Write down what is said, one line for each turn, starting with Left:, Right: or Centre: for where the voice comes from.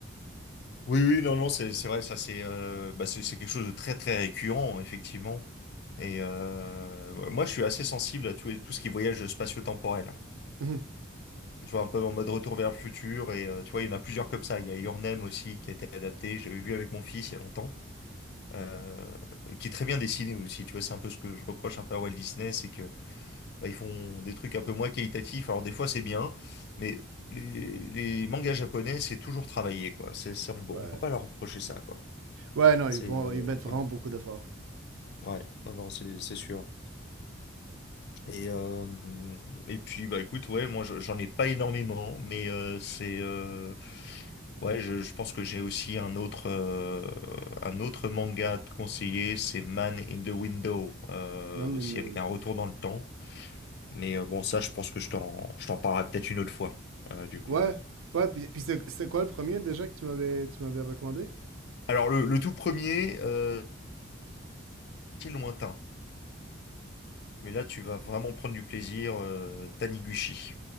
Left: Oui, oui, non, non, c'est c'est vrai, ça c'est euh, bah, c'est c'est quelque chose de très très récurrent effectivement. Et euh, ouais, moi, je suis assez sensible à tout, tout ce qui est voyage spatio-temporel.
Right: Mhm.
Left: Tu vois, un peu en mode retour vers le futur. Et euh, tu vois, il y en a plusieurs comme ça. Il y a Your Name aussi qui a été adapté. J'avais vu avec mon fils il y a longtemps, euh, et qui est très bien dessiné aussi. Tu vois, c'est un peu ce que je reproche un peu à Walt Disney, c'est que bah, ils font des trucs un peu moins qualitatifs. Alors des fois, c'est bien, mais les, les mangas japonais, c'est toujours travaillé, quoi. C'est, c'est- on, on
Right: Ouais,
Left: peut pas leur reprocher ça, quoi.
Right: Ouais, non, ils
Left: C'est
Right: vont,
Left: euh,
Right: ils mettent vraiment
Left: ouais,
Right: beaucoup d'efforts.
Left: ouais, non, non, c'est c'est sûr. Et, euh, et puis bah écoute, ouais, moi je- j'en ai pas énormément, mais euh, c'est euh, ouais, je, je pense que j'ai aussi un autre euh, un autre manga à te conseiller, c'est Man in the Window, euh,
Right: Man
Left: aussi
Right: in the window.
Left: avec un retour dans le temps. Mais euh, bon, ça, je pense que je t'en je t'en parlerai peut-être une autre fois, euh, du coup.
Right: Ouais, ouais, puis, puis c'est- c'était quoi le premier déjà que tu m'avais, tu m'avais recommandé?
Left: Alors le, le tout premier, euh, c'est lointain, mais là tu vas vraiment prendre du plaisir, euh, Taniguchi.